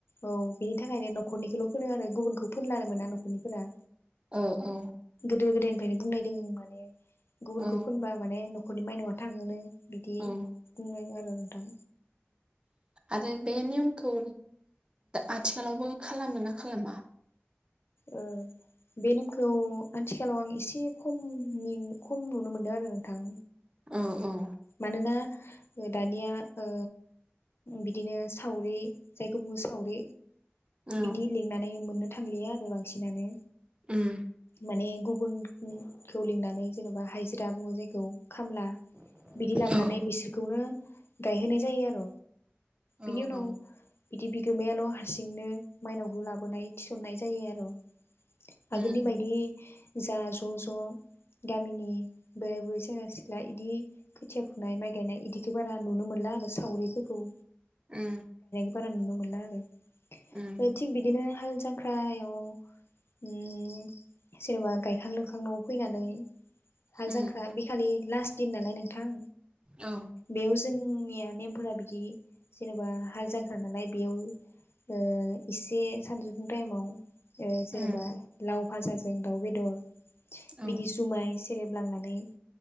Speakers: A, on the left; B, on the right.
A: औ बिनि थाखायनो नख'रनिखौल फोनो आरो गुबुनखौ फोनल्लानो मोना न खरनिफोरा
B: औ औ
A: गोदो गोदायनिफ्रायनो बुंलनायदों माने गुबुनखो
B: औ
A: फुनबा माने नखर'नि माइनाव थाङो नो बिदि
B: औ
A: बुंनाय आर नोंथां
B: आरो बे नियमखौ आथिखालावबो खालामो ना खालामा?
A: ओ बे नेमखौ आथिखालाव आं एसे खमनि खम नुनो मोनदों आरो नोंथां।
B: औ औ
A: मानोना दानिया ओ बिदिनो सावरि जायखौ बुङो सावरि।
B: औ
A: बिदि लिंनानै मोननो थांलिया आरो बांसिनानो।
B: उम
A: माने गुबुन खौ लिंनानै जेनेबा हाइजिरा बुङो जायखौ। खामला बिदि लाबोनानै
B: औ
A: बिसोरखौनो गायहोनाय जायो आर'
B: औ
A: बिनि उनाव
B: उम
A: बिदि बिगोमायाल' हारसिंनो माइनावखौ लाबोनाय थिसननाय जायो आर' आगोलनि
B: उम
A: बायदि जा ज' ज' गामिनि बोराय बुरै सेंग्रा सिख्ला इदि खोथिया फुनाय माइ गयनाय इदिथ बारा नुनो मोनला आरो सावरिफोरखौ
B: उम
A: फोरानोनो मोनला आरो
B: उम
A: थिग बिदिनो हाल जांख्रायाव उ उ जेनेबा गायखां लोंखां नआव फैनानै हाल
B: उम
A: जांख्रा बेखालि लास्ट दिन नालाय नों
B: औ
A: बेव जोंनिया नेम फोरा बिदि जेनेबा हाल जांख्रा नालाय बेयाव ओ एसे सानजौफुं टाइमाव ओ जेनेबा
B: उम
A: लाव फाजा जों दाव बेदर
B: औ
A: बिदि जुमाय से रेब लांनानै